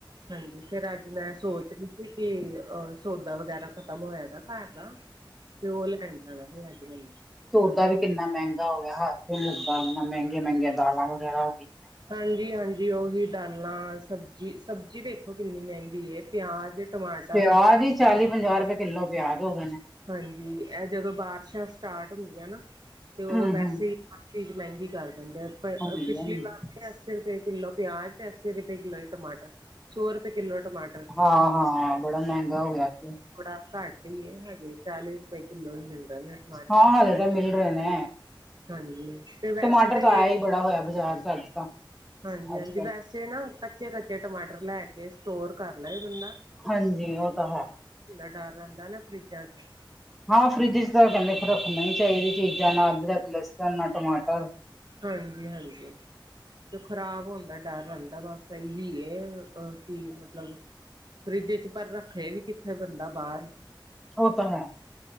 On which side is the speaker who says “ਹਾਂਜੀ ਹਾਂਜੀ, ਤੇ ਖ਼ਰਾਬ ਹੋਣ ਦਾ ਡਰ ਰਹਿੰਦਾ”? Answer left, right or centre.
Right